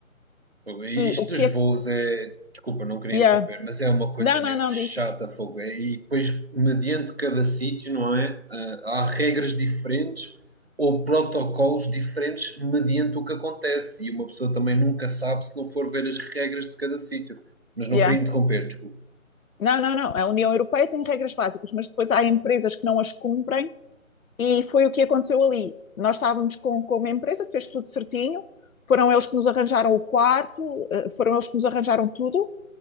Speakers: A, on the right (about 50°); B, on the left (about 75°).
A: E
B: E
A: Isto
B: o
A: dos
B: que
A: voos
B: é.
A: é, desculpa, não queria
B: Yeah.
A: interromper, mas é uma coisa
B: Não, não,
A: mesmo
B: não,
A: chata,
B: diz.
A: fogo. É, E depois, mediante cada sítio, não é? Ah, há regras diferentes ou protocolos diferentes mediante o que acontece. E uma pessoa também nunca sabe se não for ver as regras de cada sítio. Mas
B: Yeah.
A: não queria interromper, desculpa.
B: Não, não, não. A União Europeia tem regras básicas, mas depois há empresas que não as cumprem E foi o que aconteceu ali. Nós estávamos com, com uma empresa que fez tudo certinho, foram eles que nos arranjaram o quarto, eh, foram eles que nos arranjaram tudo.